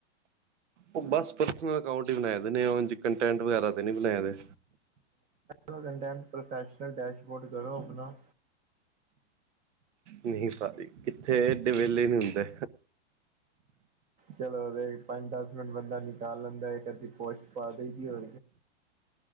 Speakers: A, on the right; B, on the right.
A: ਉਹ ਬਸ ਪਰਸਨਲ ਅਕਾਊਂਟ ਹੀ ਬਣਾਏ ਨੇ ਉਂਝ ਕੰਟੈਂਟ ਵਗੈਰਾ ਨ ਬਣਾਏ ਦੇ
B: ਬ ਕੰਟੈਂਟ ਪ੍ਰੋਫੈਸ਼ਨਲ ਡੈਸ਼ਬੋਰਡ ਕਰੋ ਆਪਣਾ,
A: ਨਹੀਂ ਭਾਜੀ, ਕਿੱਥੇ ਐਡੇ ਵਿਹਲੇ ਨੀ ਹੁੰਦੇ।
B: ਚਲੋਦੇ ਪੰਜ ਦਸ ਮਿੰਟ ਬੰਦਾ ਨਿਕਾਲ ਲੈਂਦਾ ਹੈ ਇਕ ਅਧੀ ਪੋਸਟ ਪਾ ਦੇਈ ਹੋ,